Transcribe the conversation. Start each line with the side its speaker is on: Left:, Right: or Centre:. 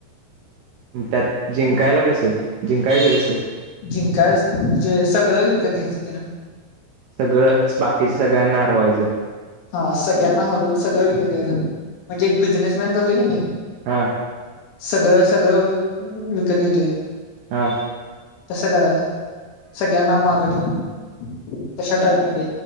Right: त्यात जिंकायला कसं जिंकायचं कसं?
Left: जिंकाय ज सगळं विकत घ्यायचं तेन.
Right: सगळंच बाकीच सगळ्यांना हरवायचं.
Left: हा सगळ्यांना हरवून सगळं विकत यायचं म्हणजे एक बिझनेसमॅन करतो की नाही.
Right: हा.
Left: सगळं सगळं विकत घेतोय.
Right: हा.
Left: करा ना सगळ्यांना मागं ठेवून कशा टाईप मध्ये.